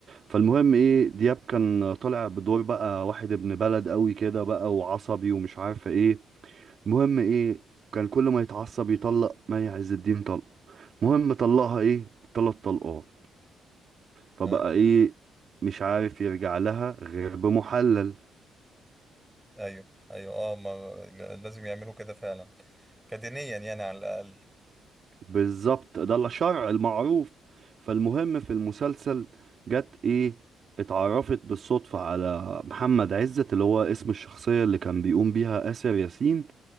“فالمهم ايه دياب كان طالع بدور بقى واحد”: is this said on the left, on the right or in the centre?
Right